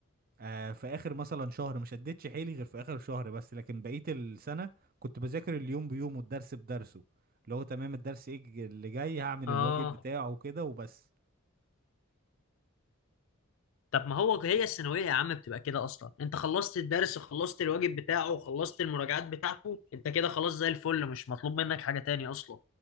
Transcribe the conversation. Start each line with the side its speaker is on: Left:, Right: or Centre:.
Right: آه في اخر مثلا شهر ما شدتش حيلي غير في اخر شهر بس لكن بقية السنة كنت بذاكر اليوم بيومه الدرس بدرسه اللي هو تمام الدرس ايه الج- اللي جاي هعمل
Left: اه
Right: الواجب بتاعه وكده وبس
Left: طب ما هو هي الثانويه يا عم بتبقى كده اصلا انت خلصت الدرس وخلصت الواجب بتاعه وخلصت المراجعات بتاعته انت كده خلاص زي الفل مش مطلوب منك حاجه تاني اصلا